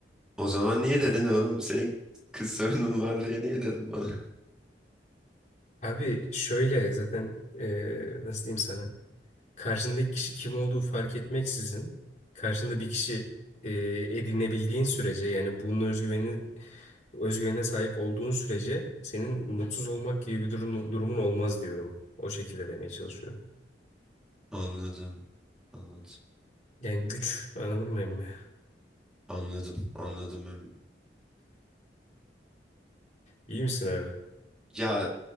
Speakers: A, in the centre; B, on the left.
A: o zaman niye dedin oğlum senin kız sorunun var diye niye dedin bana
B: Abi şöyle zaten e, nasıl diyeyim sana. Karşındaki kişi kim olduğu fark etmeksizin karşında bir kişi e, edinebildiğin sürece yani bunun özgüveni özgüvene sahip olduğun sürece senin mutsuz olmak gibi bir durum, durumun olmaz diyorum. O şekilde demeye çalışıyorum.
A: <laughs> anladım anladım.
B: Yani güç anladın mı emmi?
A: Anladım, anladım. Em.
B: İyi misin abi?
A: Ya